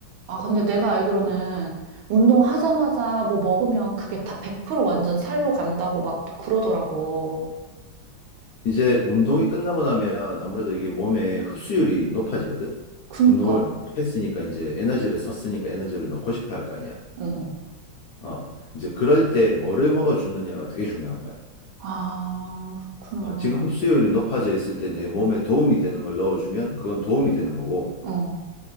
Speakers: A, on the right; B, on the left.
A: 아, 근데 내가 알기로는 운동하자마자 뭐 먹으면 그게 다 100% 완전 살로 간다고 막 또 그러더라고.
B: 이제 운동이 끝나고 나면 아무래도 이게 몸에 흡수율이 높아지거든.
A: 그니까,
B: 운동을 했으니까 이제 에너지를 썼으니까 에너지를 넣고 싶어 할 거 아니야.
A: 어, 어.
B: 어, 이제 그럴 때 뭐를 먹어주느냐가 되게 중요한 거야.
A: 아, 그렇구나.
B: 어, 지금 흡수율이 높아져 있을 때 내 몸에 도움이 되는 걸 넣어주면 그건 도움이 되는 거고,
A: 어,